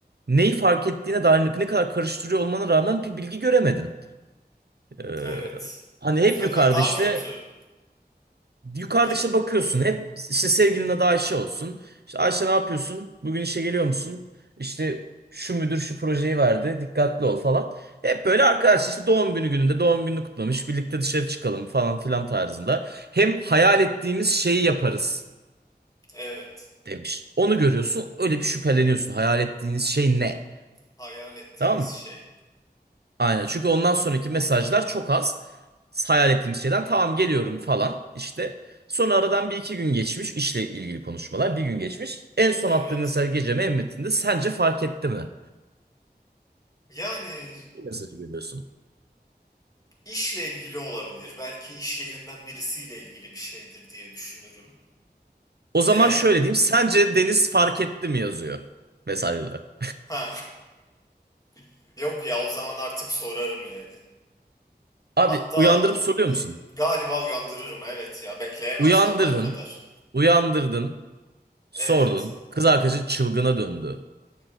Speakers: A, on the right; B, on the left.
A: Neyi fark ettiğine dair ne kadar karıştırıyor olmana rağmen bir bilgi göremedin. Ee,
B: Evet.
A: Hani hep
B: Bu sefer
A: yukarıda
B: daha
A: işte
B: kötü.
A: Yukarıda
B: Ke
A: işte bakıyorsun hep işte sevgilinin
B: hmm.
A: adı Ayşe olsun. İşte Ayşe ne yapıyorsun? Bugün işe geliyor musun? İşte şu müdür şu projeyi verdi. Dikkatli ol falan. Hep böyle arkadaş işte doğum günü gününde doğum gününü kutlamış. Birlikte dışarı çıkalım falan filan tarzında. Hem hayal
B: Hmm.
A: ettiğimiz şeyi yaparız
B: Evet.
A: demiş. Onu görüyorsun öyle bir şüpheleniyorsun. Hayal ettiğiniz şey ne?
B: Hayal ettiğimiz
A: Tamam mı?
B: şey.
A: Aynen. Çünkü
B: Bu
A: ondan sonraki mesajlar çok az. Hayal ettiğim şeyden tamam geliyorum falan işte. Sonra aradan bir iki gün geçmiş işle ilgili konuşmalar bir gün geçmiş. En son
B: evet.
A: attığım mesaj geceme en metninde sence fark etti mi?
B: Yani
A: Bu mesajı görüyorsun.
B: işle ilgili olabilir. Belki iş yerinden birisiyle ilgili bir şeydir diye düşünürüm.
A: O zaman
B: Eğer
A: şöyle diyeyim sence Deniz fark etti mi yazıyor mesajda.
B: ha <laughs> yok ya o zaman artık sorarım yani.
A: Abi
B: Hatta
A: uyandırıp soruyor
B: e,
A: musun?
B: galiba uyandırırım evet ya bekleyemem
A: Uyandırdın,
B: sabaha kadar.
A: uyandırdın, sordun.
B: Evet.
A: Kız arkadaşı çılgına döndü.